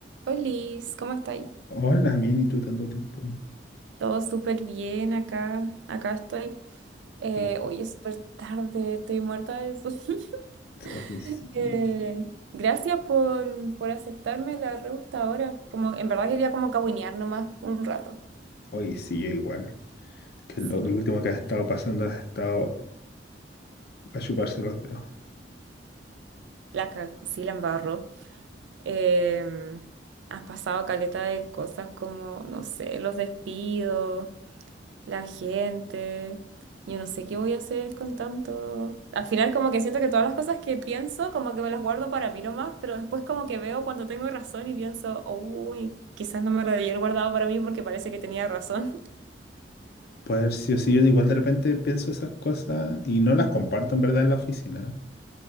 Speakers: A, on the right (about 85°); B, on the left (about 60°).
A: Liz, ¿cómo estáis?
B: Hola, bien, ¿y tú tanto tiempo?
A: Todo súper bien acá, acá estoy. Eh,
B: Que-
A: hoy es súper tarde, estoy muerta de sueño.
B: Oye, sí,
A: <laughs> Eh, gracias por, por aceptarme la re gusta ahora. Como, en verdad quería como cahuinear nomás un rato.
B: oye, sí, yo igual. Que
A: Sí,
B: lo, lo último que ha estado pasando ha estado a chuparse los dedos.
A: la, ca- sí la embarró. Eh, has pasado caleta de cosas como, no sé, los despidos. la gente. Yo no sé qué voy a hacer con tanto. Al final como que siento que todas las cosas que pienso como que me las guardo para mí nomás, pero después como que veo cuando tengo razón y pienso, uy, quizás no me lo debí haber guardado para mí porque parece que tenía razón. <laughs>
B: Puede haber sido así, yo igual de repente pienso esas cosas y no las comparto en verdad en la oficina,